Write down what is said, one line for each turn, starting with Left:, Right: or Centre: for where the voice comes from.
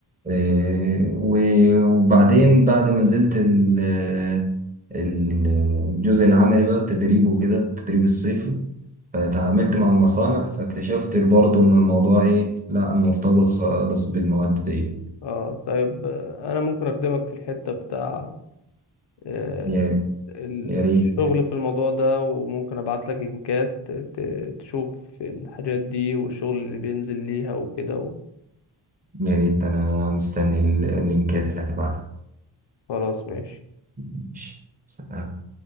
Right: آه، و- وبعدين بعد ما نزلت ال- ال- الجزء العملي بقى التدريب وكده التدريب الصيفي فتعاملت مع المصانع فاكتشفت برضه إن الموضوع إيه لأ مرتبط خالص بالمواد دي
Left: اه طيب آه، انا ممكن اخدمك في الحتة بتاع آه،
Right: يا
Left: ال-
Right: يا ريت
Left: الشغل في الموضوع ده وممكن ابعت لك لينكات ت- تشوف الحاجات دي والشغل اللي بينزل ليها وكده
Right: يا ريت أنا مستني اللينكات اللي هتبعتها
Left: خلاص ماشي
Right: ماشي سلام